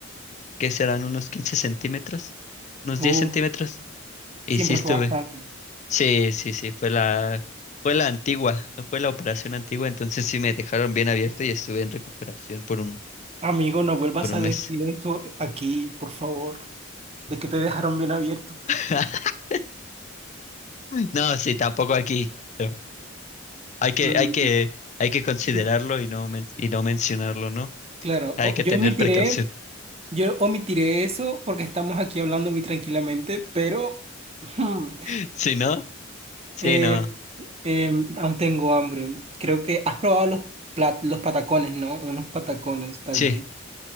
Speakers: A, on the left; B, on the right.
A: ¿qué serán? Unos 15 centímetros, unos
B: Uh,
A: 10 centímetros. Y
B: siempre
A: sí estuve.
B: fue bastante.
A: Sí, sí, sí, fue la, fue la antigua, fue la operación antigua, entonces sí me dejaron bien abierto y estuve en recuperación por un,
B: Amigo, no vuelvas
A: por un
B: a
A: mes.
B: decir esto aquí, por favor, de que te dejaron bien abierto.
A: <laughs> No, sí, tampoco aquí, pero hay que,
B: Mm,
A: hay que, hay que considerarlo
B: sí,
A: y no, men- y no mencionarlo, ¿no?
B: claro,
A: Hay
B: o-
A: que
B: yo
A: tener
B: omitiré,
A: precaución.
B: yo omitiré eso porque estamos aquí hablando muy tranquilamente, pero hmm,
A: <laughs> Si no,
B: <laughs>
A: sí,
B: eh,
A: no,
B: em, aún tengo hambre. Creo que has probado los, plat- los patacones, ¿no? Unos patacones, tal
A: sí.
B: vez,